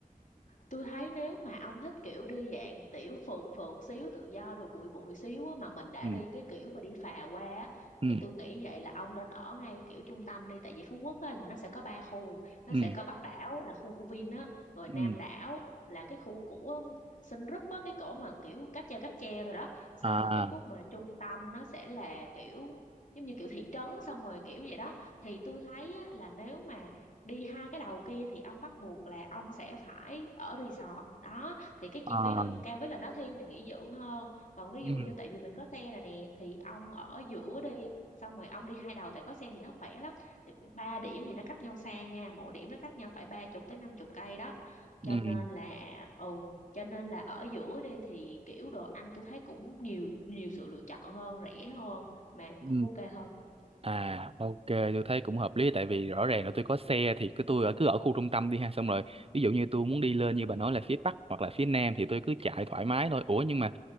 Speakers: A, on the left; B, on the right.
A: tôi thấy nếu mà ông thích kiểu đi dạng tiểu phượt phượt xíu tự do rồi bụi bụi xíu á, mà mình đã
B: ừ
A: đi cái kiểu mà đi phà qua á,
B: ừ
A: thì tôi nghĩ vậy là ông nên ở ngay kiểu trung tâm đi tại vì Phú Quốc á, là nó sẽ có ba khu nó
B: ừ
A: sẽ có Bắc đảo là khu của Vin á rồi
B: ừ
A: Nam đảo là cái khu của um, Sun Group á cái cổ mà kiểu cáp treo cáp treo rồi đó xong
B: à
A: rồi cái khúc mà trung tâm nó sẽ là kiểu giống như kiểu thị trấn xong rồi kiểu vậy đó thì tôi thấy á, là nếu mà đi hai cái đầu kia thì ông bắt buộc là ông sẽ phải ở resort đó thì cái chi
B: à
A: phí nó cũng cao với là nó thiên về nghỉ dưỡng hơn còn ví
B: ừ
A: dụ như tại vì mình có xe rồi nè thì ông ở giữa đi xong rồi ông đi hai đầu tại có xe thì nó khỏe lắm Thì ba điểm thì nó cách nhau xa nha mỗi điểm nó cách nhau phải ba chục tới năm chục cây đó
B: ừ
A: cho nên
B: ừ
A: là ừ cho nên là ở giữa đi thì kiểu đồ ăn tôi thấy cũng nhiều nhiều sự lựa chọn hơn rẻ hơn mà
B: ừ.
A: cũng ok hơn
B: À ok tôi thấy cũng hợp lý tại vì rõ ràng là tôi có xe thì cứ tôi ở cứ ở khu trung tâm đi ha xong rồi ví dụ như tôi muốn đi lên như bà nói là phía Bắc hoặc là phía Nam thì tôi cứ chạy thoải mái thôi ủa nhưng mà